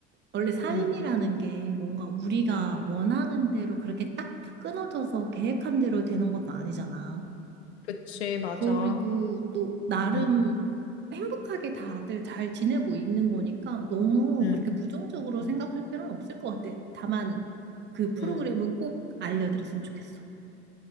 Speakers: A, on the right; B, on the left.
A: 원래 삶이라는
B: 응,
A: 게 뭔가 우리가
B: 응,
A: 원하는 대로 그렇게 딱딱 끊어져서 계획한 대로 되는 것도 아니잖아.
B: 그치, 맞아.
A: 그리고 또 나름
B: 응,
A: 행복하게 다들 잘 지내고 있는 거니까 너무
B: 응,
A: 그렇게 부정적으로
B: 응,
A: 생각할 필요는 없을 것 같아. 다만 그 프로그램은
B: 응.
A: 꼭 알려드렸으면 좋겠어.